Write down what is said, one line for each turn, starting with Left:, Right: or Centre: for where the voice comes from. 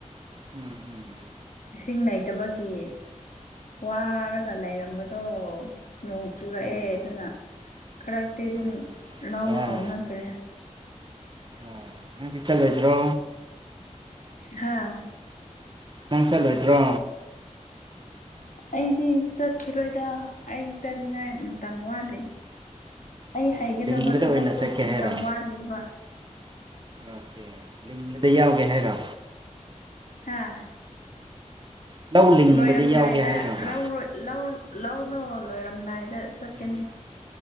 Right: ꯎꯝ ꯎꯝ꯫
Left: ꯏꯁꯤꯡ ꯂꯩꯇꯕꯒꯤ ꯋꯥꯔꯒ ꯂꯩꯔꯝꯕꯗꯣ ꯅꫭꯡ꯫ ꯆꯨꯔꯛꯑꯦ
Right: ꯎꯝ
Left: ꯑꯗꯨꯅ ꯈꯔꯛꯇꯤ ꯑꯗꯨꯝ
Right: ꯑꯠꯆꯥ
Left: ꯂꯧ ꯍꯧꯅꯈ꯭ꯔꯦ꯫
Right: ꯑꯣ ꯅꯪꯗꯤ ꯆꯠꯂꯣꯏꯗ꯭ꯔꯣ꯫
Left: ꯍꯥꯥ
Right: ꯅꯪ ꯆꯠꯂꯣꯏꯗ꯭ꯔꯣ꯫
Left: ꯑꯩꯗꯤ ꯆꯠꯈꯤꯔꯣꯏꯗ ꯑꯩ ꯆꯠꯅꯤꯡꯉꯥꯏ ꯃꯇꯝ ꯋꯥꯠꯂꯤ ꯑꯩ꯫
Right: ꯎꯝ
Left: ꯍꯩꯒꯗꯕ
Right: ꯂꯤꯡꯕꯗ
Left: ꯊꯕꯛꯇꫭ
Right: ꯑꯣꯏꯅ ꯆꯠꯀꯦ ꯍꯥꯏꯔꯣ
Left: ꯃꯇꯝ ꯋꯥꯠꯂꯤꯕ꯫
Right: ꯑꯣꯀꯦ ꯂꯤꯡꯕꯗ ꯌꯥꯎꯒꯦ ꯍꯥꯏꯔꯣ꯫
Left: ꯍꯥꯥ꯫
Right: ꯂꯧ ꯂꯤꯡꯕꯗ
Left: ꯂꯣꯏꯔꯝꯗꯥꯏꯗ
Right: ꯌꯥꯎꯒꯦ ꯍꯥꯏꯔꯕ
Left: ꯂꯧꯔꯣꯏ ꯂꯧ ꯂꯧꯗꯣ ꯂꯣꯏꯔꯝꯗꯥꯏꯗ꯫ ꯆꯠꯀꯅꯤ
Right: ꯎꯝ